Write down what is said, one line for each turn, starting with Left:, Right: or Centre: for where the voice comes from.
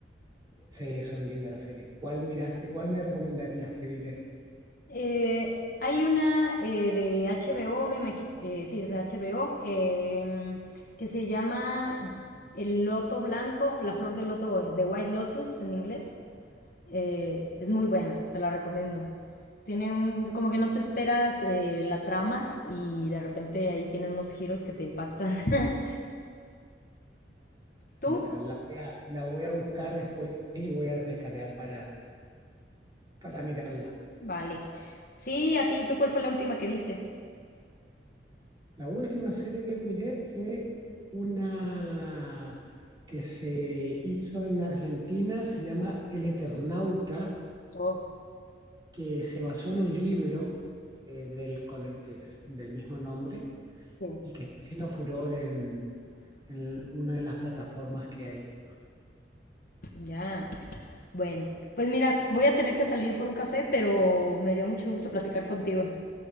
Right: Sí, son lindas las series. ¿Cuál miraste? ¿Cuál me recomendarías que vine?
Left: Eh, hay una eh, de HBO, me imagi- eh, sí, es de HBO, em, que se llama El Loto Blanco, la flor del loto, de White Lotus en inglés. Eh, es muy buena, te la recomiendo. Tiene un, como que no te esperas eh, la trama y de repente ahí tienen unos giros que te impactan. <laughs> ¿Tú?
Right: Bueno, la voy a, la voy a buscar después y voy a descargar para, para mirarla.
Left: Vale. Sí, a ti, ¿tú cuál fue la última que viste?
Right: La última serie que miré fue una que se hizo en Argentina, se llama El Eternauta,
Left: Oh,
Right: que se basó en un libro eh, del, con el que es del mismo nombre
Left: sí.
Right: y que está haciendo furor en, en una de las plataformas que hay.
Left: Ya. Bueno, pues mira, voy a tener que salir por un café, pero me dio mucho gusto platicar contigo.